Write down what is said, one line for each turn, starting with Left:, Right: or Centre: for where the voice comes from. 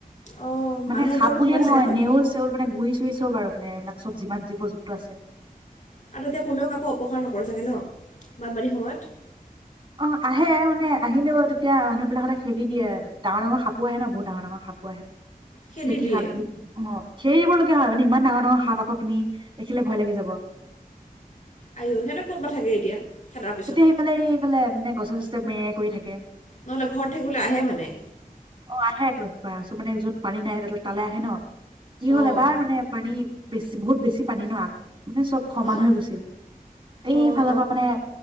Left: অঁ
Right: মানে
Left: মানুহৰ
Right: সাপ
Left: ঘৰতো
Right: বুলিয়ে
Left: সোমাই
Right: নহয়
Left: চাগে ন
Right: নেউল-চেউল মানে গুই চুই চব আৰু মানে এইবিলাক চব যিমান জীৱ-জন্তু আছে।
Left: আৰু তেতিয়া কোনেও কাকো অপকাৰ নকৰে চাগে ন, বানপানীৰ সময়ত?
Right: অ', আহে মানে আহিলেও তেতিয়া মানুহ বিলাকহতে খেদি দিয়ে, ডাঙৰ-ডাঙৰ সাপো আহে ন বহুত ডাঙৰ- ডাঙৰ সাপো আহে।
Left: খেদি
Right: ফেটি
Left: দিয়ে
Right: সাপবোৰ, অঁহ'। খেদি দিবলগীয়া হয় মানে ই ডাঙৰ-ডাঙৰ সাপ আকৌ তুমি, দেখিলে ভয় লাগি যাব।
Left: আইঅ সিহঁতে ক'তবা থাকে এতিয়া! খেদাৰ পিছত
Right: তেতিয়া সিফালে এইফালে এনে গছে-চছে মেৰিয়াই কৰি থাকে।
Left: নহ'লে ঘৰত থাকিবলৈ আহে মানে
Right: অ', আহেতো এনেকুৱা চ' মানে যত পানী নাই তালে আহে ন' কি
Left: অঁ
Right: হল এবাৰ মানে পানী বেছি বহুত বেছি পানী ন' আগ মানে চব সমান
Left: অঁ
Right: হৈ গৈছিল। এইফালৰ
Left: অঁ
Right: পৰা মানে